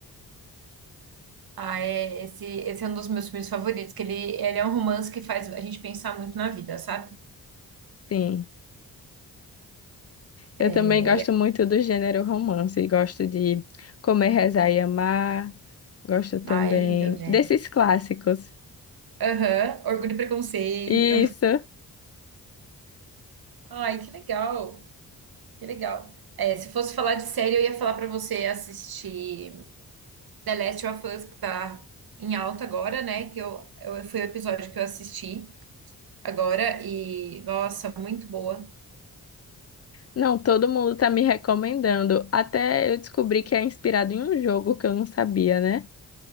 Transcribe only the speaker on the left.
Sim. Eu
também gosto
muito do gênero romance. Gosto de Comer, Rezar e Amar. Gosto também
desses clássicos.
Isso.
Não, todo mundo tá me recomendando. Até eu descobri que é inspirado em um jogo que eu não sabia, né?